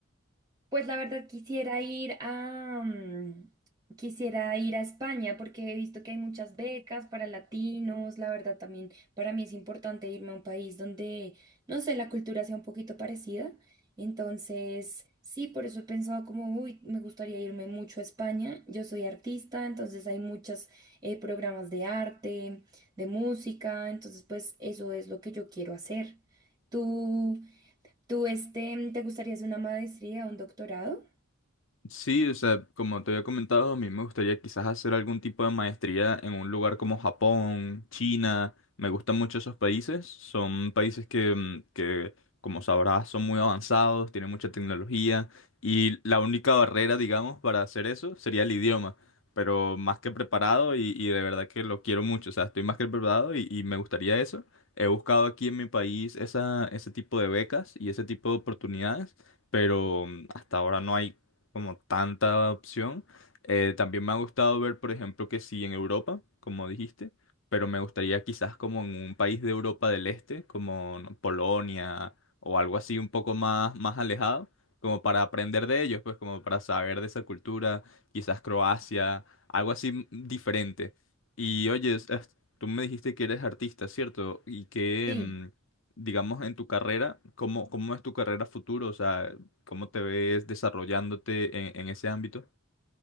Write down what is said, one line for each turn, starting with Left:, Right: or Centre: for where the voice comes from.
Right: Pues la verdad quisiera ir a, mm, quisiera ir a España porque he visto que hay muchas becas para latinos. La verdad también para mí es importante irme a un país donde, no sé, la cultura sea un poquito parecida. Entonces, sí, por eso he pensado como, uy, me gustaría irme mucho a España. Yo soy artista, entonces hay muchos programas de arte, de música. Entonces, pues eso es lo que yo quiero hacer. ¿Tú? ¿Tú este, te gustaría hacer una maestría, un doctorado?
Left: Sí, o sea, como te había comentado, a mí me gustaría quizás hacer algún tipo de maestría en un lugar como Japón, China. Me gustan mucho esos países. Son países que, mm, que, como sabrás, son muy avanzados, tienen mucha tecnología y la única barrera, digamos, para hacer eso sería el idioma. Pero más que preparado y, y de verdad que lo quiero mucho. O sea, estoy más que preparado y, y me gustaría eso. He buscado aquí en mi país esa, ese tipo de becas y ese tipo de oportunidades pero mm, hasta ahora no hay como tanta opción. Eh, también me ha gustado ver, por ejemplo, que sí en Europa, como dijiste, pero me gustaría quizás como en un país de Europa del Este, como no, Polonia o algo así un poco más, más alejado, como para aprender de ellos, pues como para saber de esa cultura, quizás Croacia, algo así m- diferente. Y oye, es- es- tú me dijiste que eres artista, ¿cierto? Y que...
Right: Sí.
Left: mm, digamos, en tu carrera, ¿cómo, cómo es tu carrera futuro? O sea, ¿Cómo te ves desarrollándote en, en ese ámbito?